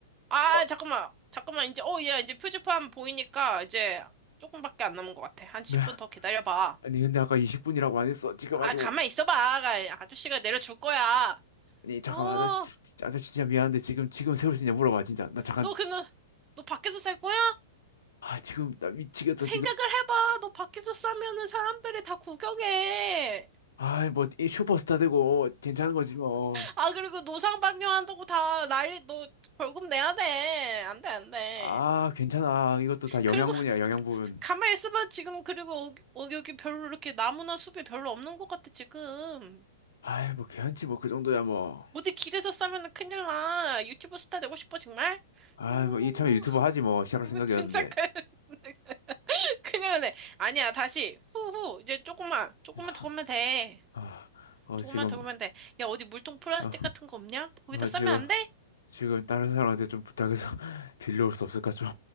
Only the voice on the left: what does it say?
어,
그래
아니 근데 아까 20분이라고 안 했어 지금
아주
오-
아니 잠깐만
아저씨 진- 진짜, 아저씨 진짜 미안한데 지금 지금 세울 수 있냐 물어봐 진짜 나 잠깐
아 지금 나 미치겠어
지금
아뭐 슈퍼스타 되고 어, 괜찮은 거지 뭐
아 괜찮아 이것도 다 영양분이야
영양분
아이 뭐 괜찮지 뭐 그 정도야 뭐
아이
뭐 이참에 유튜버
하지 뭐 시작할 생각이었는데
아,
아, 어
지금
어,
어
지금
지금 다른 사람한테 좀 부탁해서 <laughs> 빌려올 수 없을까 좀